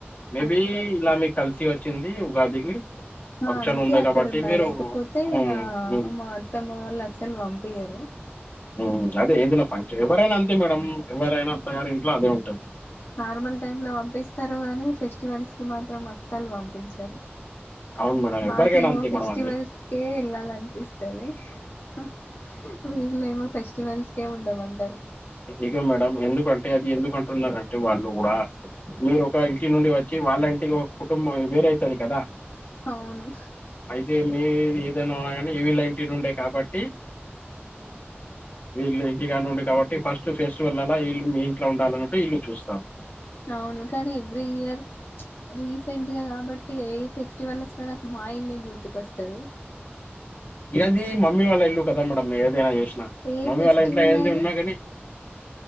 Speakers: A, on the left; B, on the left.
A: మే
B: అంతే
A: బీ ఇలా మీక్ కల్స్ చి వచ్చింది ఉగాదికి ఫంక్షన్
B: ఆ అందుకే
A: ఉంది
B: అక్కడ
A: కాబట్టి
B: ఉన్నా
A: మీరు
B: లేకపోతే
A: హ్మ్.
B: ఆ
A: హ్మ్.
B: మా అత్తం మమ్మ వాళ్ళ అస్సలు పంపయ్యారు
A: ఓ అదే ఏదైనా ఫంక్షన్ ఎవరైనా అంతే మేడం ఎవరైనా అత్తగారింట్లో అదే ఉంటుంది
B: నార్మల్ టైమ్ లో పంపిస్తారు గాని ఫెస్టివల్స్ కి మాత్రం అస్సలు పం పపించారు
A: అవును మేడం
B: నాకేమో
A: ఎవరికైనా అంతే
B: ఫెస్టివల్స్కే
A: మేడం అది.
B: వెళ్ళాలనిపిస్తంది తది హ వీళ్ళ ఏమో ఫెస్టివల్స్కే ఉండమనీ టరు
A: ఇ ఇగో మేడమ్ ఎందుకు అంటే అది ఎందుకు అంటున్నంటే వాళ్ళు కూడా మీరు ఒక ఇంటి నుండి వచ్చి వాళ్ళ ఇంటికి కుటుంబం వేరయితది కదా
B: అవును
A: అయితే మీ న్నా కాని వీళ్ళ ఇంటి ఉండే కాబట్టి వీళ్ళ ఇంటికాని ఉండే కాబట్టి ఫస్ట్ ఫెస్టివల్లల ఈల్ మీ ఇంట్లో ఉండాల అన్నంటే ఈలు చూస్తారు
B: అవును కానీ ఎవ్రీ ఇయర్ ప్చ్ రీసెంట్గా కాబట్టి ఎయిత్ ఫెస్టివల్స్ వ మా ఇల్ గు తు కొస్తది
A: ఇగ అది మమ్మీ వాళ్ళ ఇల్లు కదా మేడమ్ ఏదైనా చేసినా
B: ఏ
A: మమ్మీ
B: ఫెస్టివల్
A: వాళ్ళ ఇంట్లో ఏంది
B: అయినా
A: ఉన్నా గాని